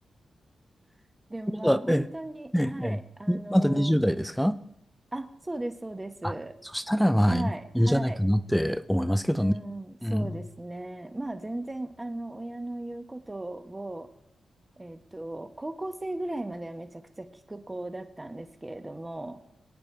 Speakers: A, on the right (about 15°); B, in the centre.
A: <laughs> でもまあ、
B: だ、
A: 本当に、
B: ええ、ええ、
A: はい、
B: ええまだ20代ですか
A: あの、あ、そうです、そうです。
B: あ、そしたらまあ、
A: はい、
B: いいいいんじゃないかなって思いますけどね。
A: はい、うん、そうですね。
B: うん。
A: まあ、全然、あの、親の言うことを、えっと、高校生ぐらいまではめちゃくちゃ聞く子だったんですけれども、